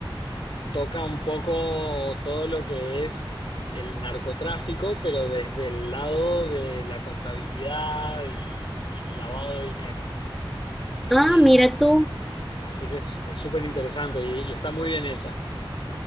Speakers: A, on the left (about 65°); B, in the centre.
A: toca un poco todo lo que es el narcotráfico, pero desde el lado de la contabilidad y, y lavado de dinero. Eh,
B: Ah, mira tú.
A: así que es es súper interesante y, y está muy bien hecha.